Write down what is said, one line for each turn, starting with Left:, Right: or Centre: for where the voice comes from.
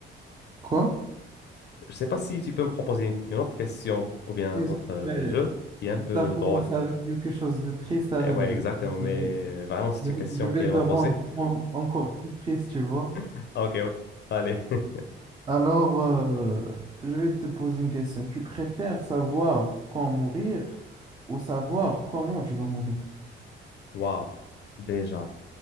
Right: Quoi?
Left: Je sais pas si tu peux me proposer une, une autre question ou bien
Right: Bien
Left: un
Right: sûr,
Left: autre euh,
Right: Mais
Left: jeu qui est un peu
Right: t'as commencé
Left: drôle.
Right: avec quelque chose de triste, alors
Left: Eh ouais,
Right: que je,
Left: exactement.
Right: je
Left: Mais
Right: vais,
Left: euh, vraiment, c'est
Right: je
Left: une
Right: vais-
Left: question
Right: je vais
Left: qu'elle
Right: te
Left: m'a
Right: rendre
Left: posée.
Right: en- encore plus triste, tu vois.
Left: <laughs> Ok, ok. Allez. <laughs>
Right: Alors, euh, je vais te poser une question. Tu préfères savoir quand mourir ou savoir comment tu vas mourir?
Left: Waouh. Déjà,